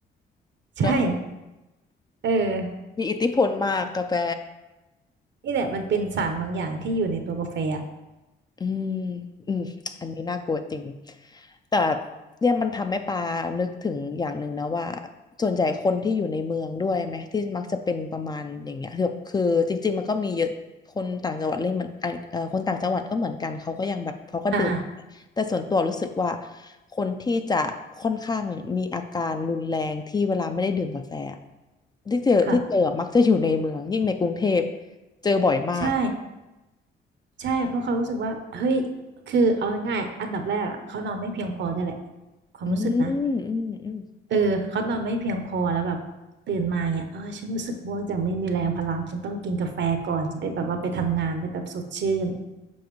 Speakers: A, on the right (about 65°); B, on the left (about 20°).
A: <laughs> ใช่
B: เนาะ
A: เออ
B: มีอิทธิพลมากกาแฟ
A: นี่แหละมันเป็นสารบางอย่างที่อยู่ในตัวกาแฟอ่ะ
B: อืมอืมอันนี้น่ากลัวจริงแต่เนี่ยมันทำให้ปานึกถึงอย่างหนึ่งนะว่า ส่วนใหญ่คนที่อยู่ในเมืองด้วยไหมที่มักจะเป็นประมาณอย่างเงี้ยคือคือจริงๆมันก็มีเยอะคนต่างจังหวัดเล่นเหมือนอ่ะเอ่อคนต่างจังหวัดก็เหมือนกัน เขาก็ยังแบบเขาก็ดื่ม
A: อ่า
B: แต่ส่วนตัวรู้สึกว่าคนที่จะค่อนข้างมีอาการรุนแรงที่เวลาไม่ได้ดื่มกาแฟอะที่เจอที่เจอมักจะอยู่ในเมืองยิ่งในกรุงเทพ
A: ค่ะ
B: เจอบ่อยมาก
A: ใช่ใช่เพราะเขารู้สึกว่าเฮ้ยคือเอาง่ายๆอันดับแรกอะเขานอนไม่เพียงพอด้วยแหละความรู้สึกนะ
B: อืมอืมอืม
A: เออเขานอนไม่เพียงพอแล้วแบบตื่นมาเนี่ยเออฉันรู้สึกง่วงจังไม่มีแรงพลังฉันต้องกินกาแฟก่อนจะได้แบบว่าไปทำงานได้แบบสดชื่น